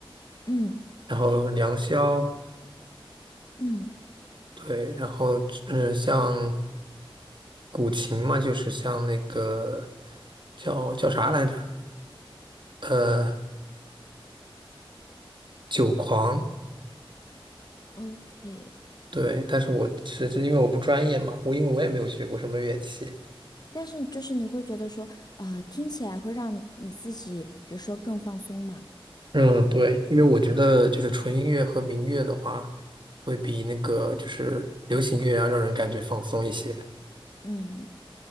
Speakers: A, on the left; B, on the right.
A: 嗯
B: 然后良宵。
A: 嗯
B: 对，然后嗯、呃像古琴嘛，就是像那个叫叫啥来着？呃，酒狂。
A: ，OK。
B: 对，但是我其实因为我不专业嘛，我因为我也没有学过什么乐器。
A: 但是就是你会觉得说，呃，听起来会让你自己，比如说更放松嘛。
B: 嗯，对，因为我觉得就是纯音乐和民乐的话，会比那个就是流行乐要让人感觉放松一些。
A: 嗯，